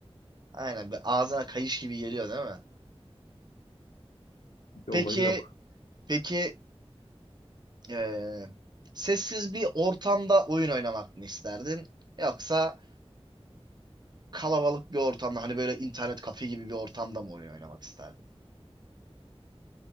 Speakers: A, on the right (about 45°); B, on the left (about 70°).
A: Aynen böyle ağzına kayış gibi geliyor değil mi?
B: Bir
A: Peki
B: olayı yok.
A: peki eee, sessiz bir ortamda oyun oynamak mı isterdin? Yoksa kalabalık bir ortamda hani böyle internet kafe gibi bir ortamda mı oyun oynamak isterdin?